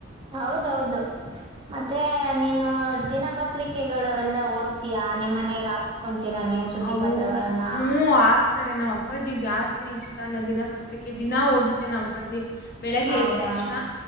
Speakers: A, on the right; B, on the left.
A: ಹೌದೌದು. ಮತ್ತೆ ನೀನು ದಿನಪತ್ರಿಕೆಗಳವೆೆಲ್ಲಾ ಓದ್ತೀಯಾ ನಿಮ್ ಮನೆಗ್ ಹಾಕ್ಸ್ಕೊತೀರಾ ನೀವು. ಸುದ್ದಿ
B: ಹೌ
A: ಪತ್ರಗಳನ್ನ
B: ಹ್ಮ್ ಆ ಇತಾರೆ ನಮ್ಮ್ ಅಪ್ಪಾಜಿ ಜಾಸ್ತಿ ಇಷ್ಟ ದಿನಪತ್ರಿಕೆ ದಿನಾ ಓದುತ್ತೆ ನಾವ್ ಅಪ್ಪಾಜಿ. ಬೆಳಿಗ್ಗೆ
A: ಹೌದಾ
B: ಎದ್ದ ತಕ್ಷಣ